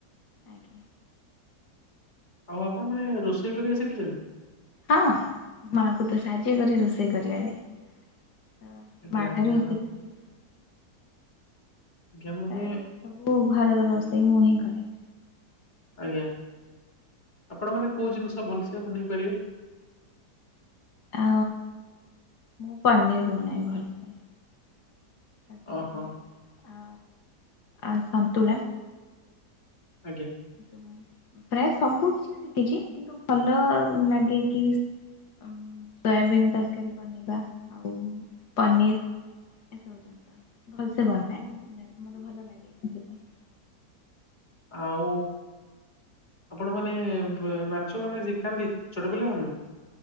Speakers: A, on the left (about 75°); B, on the left (about 25°).
A: ଆଜ୍ଞା।
B: ଆଉ ଆପଣ ମାନେ ରୋଷେଇ କରିବା ଶିଖିଛନ୍ତି।
A: ହଁ ମାଙ୍କୁ ତ ସାହାଯ୍ୟ କରେ ରୋଷେଇ କରିବାରେ। ତ
B: ଆଜ୍ଞା
A: ମା
B: ଆଜ୍ଞା।
A: ଠାରୁ ହିଁ ଶିଖିଛି।
B: ଜ୍ଞା ମାନେ।
A: ପ୍ରାୟ ସବୁ ଘରର ରୋଷେଇ ମୁଁ ହିଁ କରେ।
B: ଆଜ୍ଞା ଆପଣ ମାନେ କୋଉ ଜିନିଷ ଭଲସେ ବନେଇ ପାରିବେ।
A: ଆ ମୁଁ ପନିର ବନାଏ ଭଲସେ। ତା ସାଙ୍ଗରେ
B: ଓହୋ
A: ଆ ଆଉ ସନ୍ତୁଳା।
B: ଆଜ୍ଞା।
A: ସବୁ ପ୍ରାୟ ସବୁ କିଛି ଶିଖିଛି କିନ୍ତୁ ଭଲ ଲାଗେ କି। ଉଁ ସୋୟାବିନ୍ ତରକାରୀ ବନେଇବା ଆଉ ପନିର୍। ଏସବୁ ଜିନିଷ ଭଲସେ ବନାଏ ଯାହେତୁ ମତେ ଭଲ ଲାଗେ ସେଥିପାଇଁ।
B: ଆଉ ଆପଣ ମାନେ ବେ ନାଚ ମାନେ ଶିଖାନ୍ତି ଛୋଟ ପିଲା ମାନଙ୍କୁ।